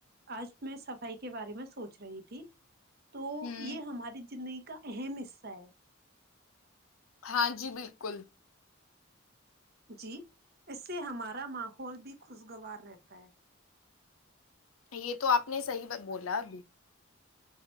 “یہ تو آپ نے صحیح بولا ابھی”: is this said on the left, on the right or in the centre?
Left